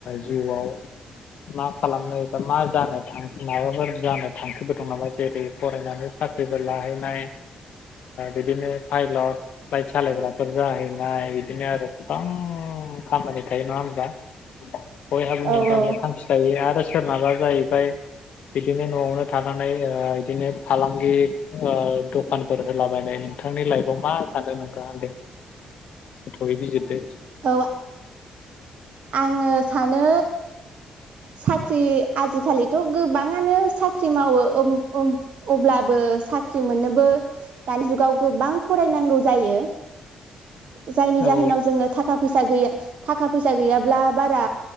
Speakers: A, on the left; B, on the right.
A: जिउआव मा खालामनो बा मा जानोां माबाफोर जानो थांखिफोर दं नामा जेरै फरायनानै साख्रिफोर लाहैनाय बिदिनो पाइलट फ्लाइट सालायग्रा बुर जाहैनाय बिदिनो आरो गोबां खामानि थायो नङा होमबा। बयहाबो मोनबा
B: औ औ
A: होना थांखि थायो आरो सोरनाबा जाहैबाय बिदिनो न'आवनो थानानै बिदिनो फालांगि दखानफोर होलाबायनाय नोंथांनि लाइफआव मा सानदों नोंथाङा दे। गोथौयै बिजिरदो। एसे।
B: औ आ आङो सानो साख्रि आजिखालिथ' गोबाङानो सा साख्रि मावो ओ ओ अब्लाबो साख्रि मोननोबो दानि जुगाव गोबां फरायनांगौ जायो। जायनि
A: औ
B: जाहोनाव जोङो थाखा फैसा गैया थाखा फैसा गैयाब्ला बारा